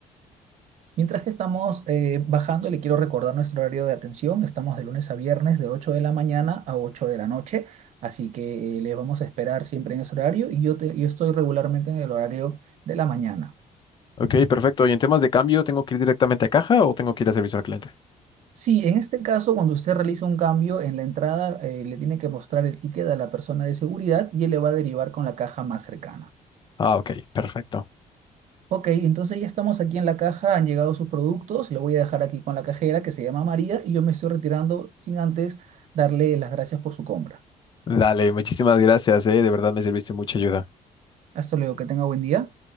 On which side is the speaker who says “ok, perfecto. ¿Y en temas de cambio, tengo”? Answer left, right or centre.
Left